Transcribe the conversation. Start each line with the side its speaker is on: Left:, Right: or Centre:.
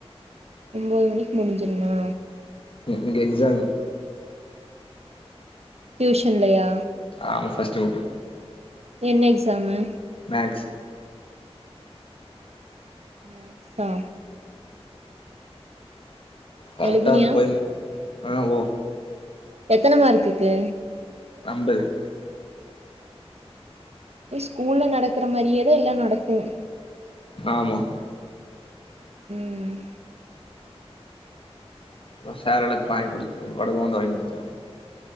Right: ஒம்போது மணிக்கு முடிஞ்சிரும்மா
Left: இங்க எக்சாமு
Right: டியூஷன்லயா
Left: ஆமா பஸ்ட்டு <unintelligible>
Right: என்ன எக்ஸாமு
Left: மேக்ஸ்
Right: மேக்ஸா
Left: கரெக்டா
Right: எழுதுனியா
Left: அந் கோயில் ஆ ஓ
Right: எத்தன மார்க்குக்கு
Left: அம்பது
Right: ஏ ஸ்கூல்ல நடக்கற மாரியேதா எல்லா நடக்கும்
Left: ஆமா
Right: ம்
Left: அப்ரோ சார் எனக்கு வாயிங்க் குடுத்து வட போன்டா வாயிங்க்குடுத்தாரு